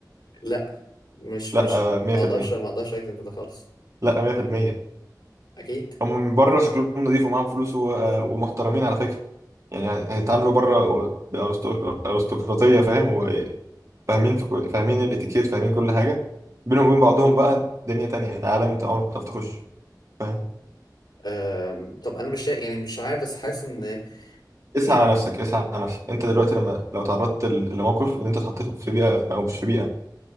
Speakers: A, on the left (about 85°); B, on the right (about 45°).
A: لا مش
B: لا
A: مش ما
B: آه، 100%
A: اقدرش ما اقدرش اجزم في ده خالص
B: لا 100%
A: اكيد
B: هم من بره شكلهم نضيف ومعاهم فلوس و- آه، ومحترمين على فكرة يعني هيتعاملوا بره بأرستقراطية فاهم وفاهمين في كل... فاهمين الاتيكيت فاهمين كل حاجة بينهم وبين بعضهم بقى دنيا تانية يعني عالم انت عمرك ما هتعرف تخش فاهم
A: أم... طب انا مش شا... يعني مش عارف بس حاسس ان
B: اسعى
A: يعني
B: على نفسك اسعى على نفسك انت دلوقتي لما لو تعرضت ل- لموقف ان انت اتحطيت في بيئة او مش في بيئة